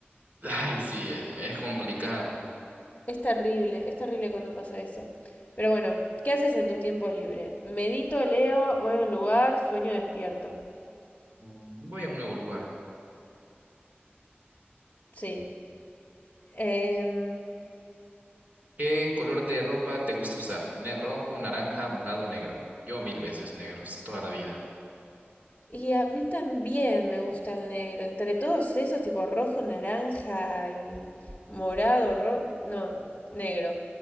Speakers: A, on the right (about 45°); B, on the left (about 30°).
A: ay, sí, es, es complicado.
B: es terrible, es terrible cuando pasa eso. Pero bueno, ¿qué haces en tu tiempo libre? Medito, leo, voy a un lugar, sueño despierto.
A: Mm, Voy a un nuevo lugar.
B: Sí. Em,
A: ¿Qué color de ropa te gusta usar? Ne- rojo, naranja, morado, negro. Yo mil veces negros, toda la vida.
B: Y a mí también me gusta el negro. Entre todos esos, tipo rojo, naranja y morado, ro- no, negro.